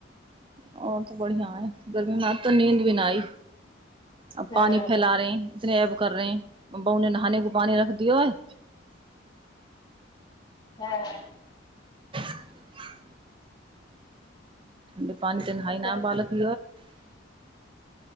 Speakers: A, on the right; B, on the left.
A: आओर तू बढ़िया हैं रात भर नींद भी ना आई अब
B: हँ
A: पानी फैला
B: हँ
A: रहे है इतने ऐब कर रहे है बहुने नहाने को पानी रख दियो है
B: हँ
A: <unintelligible> दी पान त नहाय
B: अगर तक
A: ना बालक